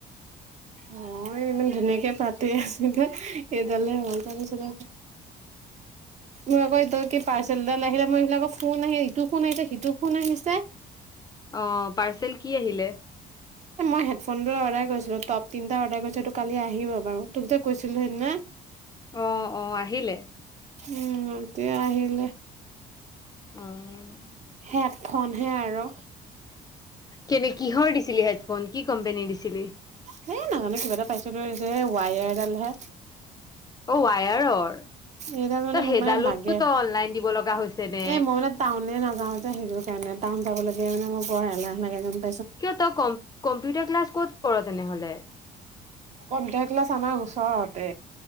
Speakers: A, on the right (about 45°); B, on the left (about 25°).
A: অহ ইমান ধুনীয়াকে পাতি আছিলে এইডালে হল তাৰপিছতে, মোৰ আকৌ এইডাল কি পাৰ্চেল এডাল আহিলে মই ইফালে আকৌ ফোন আহিল ইটো ফোন আহিছে সিটো ফোন আহিছে।
B: অ পাৰ্চেল কি আহিলে?
A: এ মই হেডফোন এডাল অৰ্ডাৰ কৰিছিলো টপ তিনিটা অৰ্ডাৰ কৰিছিলো কালি আহিব বাৰু তোক যে কৈছিলো সেইদিনা
B: অ অ আহিলে
A: উম এইটোৱে আহিলে।
B: অহ
A: হেডফোনহে আৰু
B: কেনে কিহৰ দিছিলি হেডফোন কি কোম্পানীৰ দিছিলি?
A: সেই নাজানো কিবা এটা পাইছো লৈ আহিছো সে ৱায়াৰ এডালহে।
B: অ ৱায়াৰৰ।
A: এই ডাল মানে
B: তই
A: মোক
B: সেইডালো
A: মানে লাগে
B: তই অনলাইন দিব লগা হৈছে নে?
A: এ মই মানে টাউনে নাযাও যে সেইটো কাৰণে টাউন যাব লাগিলে মানে মোৰ বৰ এলাহ লাগে গমপাইছা
B: কিয় তই কম্প কম্পিউটাৰ ক্লাছ ক'ত কৰো তেনেহ'লে?
A: কম্পিউটাৰ ক্লাছ আমাৰ ওচৰতে